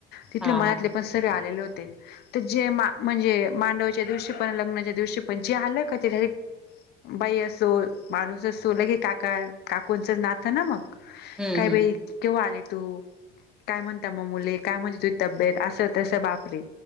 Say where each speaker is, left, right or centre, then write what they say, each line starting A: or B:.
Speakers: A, on the left; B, in the centre.
A: तिथ
B: हा
A: मळतले.
B: हा
A: पण सरे आलेले होते.. तर जे मा म्हणजे मांडवाच्या दिवशी पण लग्नाच्या दिवशी पण जे आलं का ते डायरेक्ट. बाई असो माणूस असो लगे काका काकोंचंच नातं ना मग.
B: हम्म
A: काय
B: हम्म
A: बाई केव्हा आले तू. काय म्हणता मग मुली काय म्हणते तुझ तब्येत असं तस बापरे!